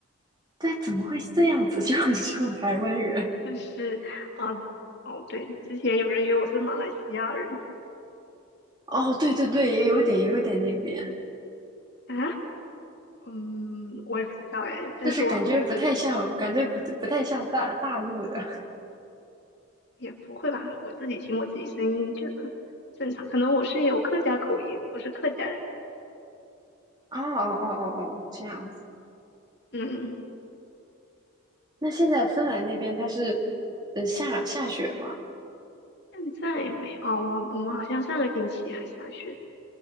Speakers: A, on the right; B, on the left.
A: 对，怎么会是这样子？<laughs> 就很像台湾人。
B: 就是啊、呃哦，对，之前有人以为我是马来西亚人
A: 哦，对对对，也有点，也有点那边，
B: 啊，嗯，我也不知道哎，但是我好像
A: 就是感觉不太像，感觉不不太像大大陆的。
B: 也不会吧，我自己听我自己声音觉得正常，可能我是有客家口音，我是客家人，
A: 哦哦哦哦哦，这样子。
B: 嗯，
A: 那现在芬兰那边它是，呃，下下雪嘛？
B: 现在没哦，我我们好像上个星期还下雪。